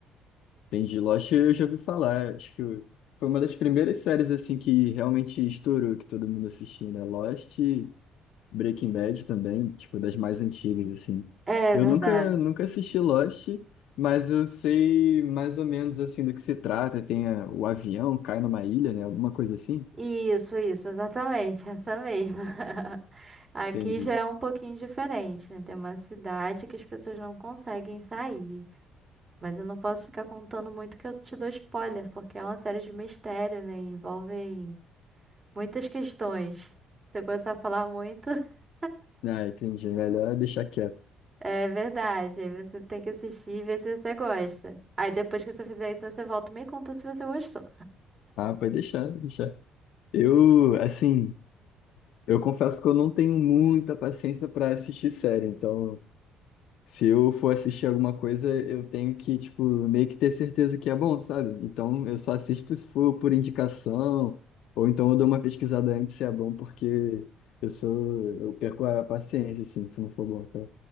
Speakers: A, on the left (about 60°); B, on the right (about 30°).
A: entendi. Lost eu já ouvi falar. Acho que foi uma das primeiras séries assim que realmente estourou, que todo mundo assistiu, né? Lost e Breaking Bad também, tipo, das mais antigas, assim.
B: É
A: Eu
B: verdade.
A: nunca, nunca assisti Lost, mas eu sei mais ou menos assim do que se trata. Tem a- o avião, cai numa ilha, né? Alguma coisa assim.
B: Isso, isso, exatamente, essa mesma. <laughs> Aqui
A: Entendi.
B: já é um pouquinho diferente, né? Tem uma cidade que as pessoas não conseguem sair. Mas eu não posso ficar contando muito que eu te dou spoiler, porque é uma série de mistério, né? Envolve Muitas questões. Você começar a falar muito, <laughs>
A: Ah, entendi. Melhor deixar quieto.
B: é verdade. Aí você tem que assistir e ver se você gosta. Aí depois que você fizer isso, você volta e me conta se você gostou.
A: Ah, pode deixar, pode deixar. Eu, assim. Eu confesso que eu não tenho muita paciência pra assistir série, então se eu for assistir alguma coisa, eu tenho que, tipo, meio que ter certeza que é bom, sabe? Então eu só assisto se for por indicação, ou então eu dou uma pesquisada antes se é bom, porque eu sou, eu perco a paciência, assim, se não for bom, sabe?